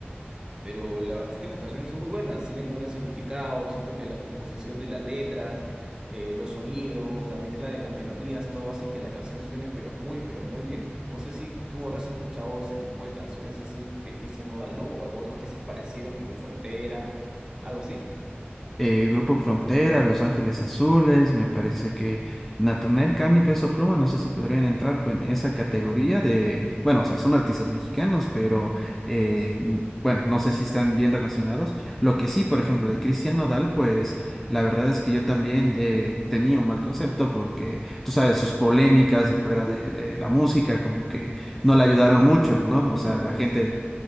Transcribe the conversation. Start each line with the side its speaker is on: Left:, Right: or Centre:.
Right: pero la verdad es que las canciones son muy buenas, tienen un gran significado, siento que la composición de las letras, eh, los sonidos, la mezcla de las melodías, todo hacen que la canción suene pero muy, pero muy bien. No sé si tú habrás escuchado ese tipo de canciones así de Christian Nodal o algún otro artista parecido como Frontera, algo así.
Centre: eh, Grupo Frontera, Los Ángeles Azules, me parece que Natanael Cano y Peso Pluma, no sé si podrían entrar pues, en esa categoría de, bueno, o sea, son artistas mexicanos, pero eh, mm, bueno, no sé si están bien relacionados. Lo que sí, por ejemplo, de Cristian Nodal, pues la verdad es que yo también eh, tenía un mal concepto porque tú sabes, sus polémicas afuera de, de la música como que
Right: Sí,
Centre: no le ayudaron mucho, ¿no?
Right: tiene
Centre: O sea,
Right: muchos.
Centre: la gente